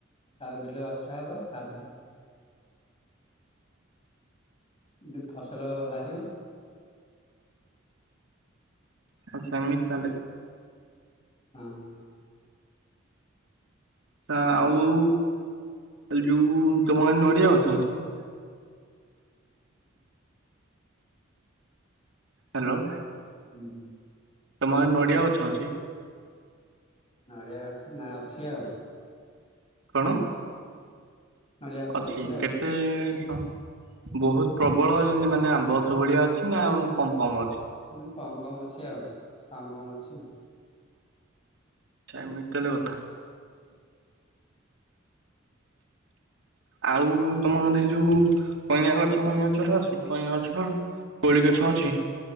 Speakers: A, on the left; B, on the right.
A: ତା ବିଲ ଆଛା ହବ ତାପରେ ଏ ଫସଲ ବାହାରିବ।
B: ଆଚ୍ଛା ଏମିତି ତାହେଲେ।
A: ହଁ।
B: ତା ଆଉ ଏ ଯୋଉ ତମ ଗାଁ ରେ ନଡିଆ ଗଛ ଅଛି? ହାଲୋ।
A: ହୁଁ।
B: ତମ ଗାଁ ରେ ନଡ଼ିଆ ଗଛ ଅଛି?
A: ନଡ଼ିଆ ଗଛ ନା ଅଛି ଆଉ।
B: କଣ?
A: ନଡିଆ ଗଛ
B: ଅଛି
A: ଆଉ
B: କେ ତେ ସଂ ବହୁତ ପ୍ରବଳ ଯେନ୍ତି ମାନେ ଆମ୍ବ ଅଛ ଭଳିଆ ଅଛି ନା କମ୍ କମ୍ ଅ
A: ଉଁ କମ୍ କମ୍ ଅଛି ଆଉ କମ୍ କମ୍ ଅଛି।
B: ଆଚ୍ଛା ଏମିତି ତାହେଲେ କଥା। ଆଉ ତମ ଗାଁରେ ଏଇ ଯୋଉ କଇଁଆ ଗଛ ଫଇଁଆ ଗଛ ଗୁରା ଅଛି କଇଁଆ ଗଛ? କୋଳି ଗଛ ଅଛି।